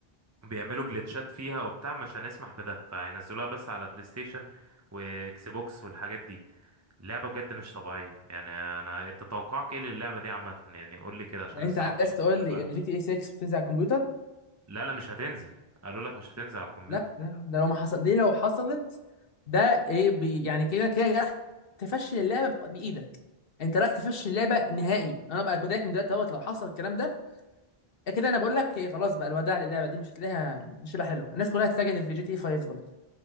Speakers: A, on the right (about 20°); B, on the left (about 65°).
A: وبيعملوا جلitchات فيها وبتاع مش هنسمح بده فهينزلوها بس على بلاي ستيشن واكس بوكس والحاجات دي اللعبة بجد مش طبيعية يعني انا انت توقعك ايه للعبة دي عامة يعني قول لي كده عشان
B: يعني
A: الصراحة
B: انت عايز تقول
A: اللعبة
B: لي ان جي تي اي 6 بتنزل على الكمبيوتر
A: لا لا مش هتنزل قالوا لك مش هتنزل على الكمبيوتر
B: لا لا ده لو ما حصل دي لو حصلت ده ايه بي يعني كده كده راح تفشل اللعبه بايدك انت رايح تفشل اللعبه نهائي انا بقى كوداك من دلوقتي اهوت لو حصل الكلام ده إيه، كده انا بقول لك إيه خلاص بقى الوداع للعبه دي مش هتلاقيها مش هتبقى حلوه الناس كلها هتتجه في جي تي 5 برضه